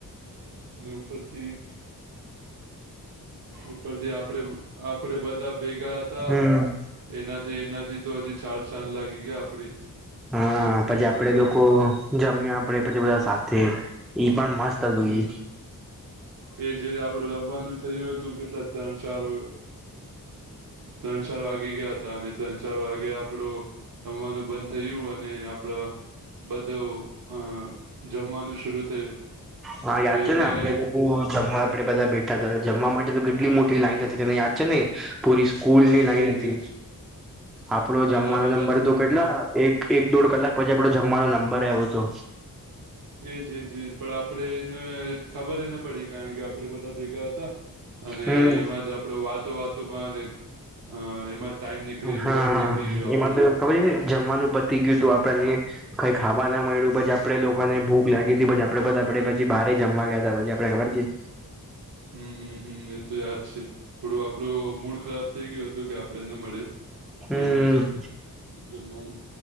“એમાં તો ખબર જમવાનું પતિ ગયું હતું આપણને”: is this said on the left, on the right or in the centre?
Centre